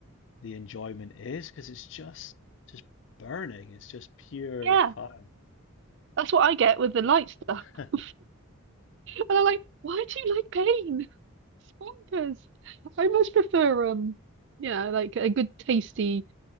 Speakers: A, on the left; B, on the right.
A: the enjoyment is because it's just just burning. It's just pure
B: yeah,
A: fire.
B: that's what I get with the light stuff.
A: <laughs>
B: <laughs> And I'm like, why do you like pain? <laughs> It's bonkers. I much prefer um, you know, like a good tasty